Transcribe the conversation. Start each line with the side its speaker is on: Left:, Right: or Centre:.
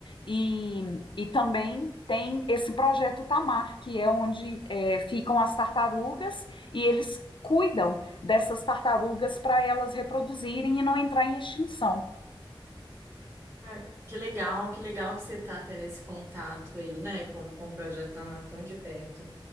Left: E, e também tem esse projeto Tamar, que é onde é, ficam as tartarugas e eles cuidam dessas tartarugas para elas reproduzirem e não entrar em extinção.
Right: Ah, que legal, que legal que você tá tendo esse contato aí, né, com, com o projeto Amar tão de perto.